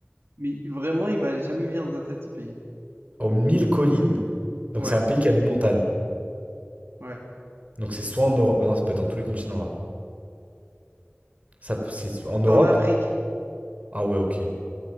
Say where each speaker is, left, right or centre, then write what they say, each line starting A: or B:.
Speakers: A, on the right (about 70°); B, on the right (about 35°).
A: Mais vraiment, il va jamais venir dans ta tête ce pays.
B: Aux mille collines. Donc,
A: Ouais,
B: c'est un pays qui a des montagnes.
A: ouais.
B: Donc, c'est soit en Europe. Bah, non, ça peut être dans tous les continents là. Ça, peut- c'est en Europe?
A: T'es en Afrique.
B: Ah ouais, ok.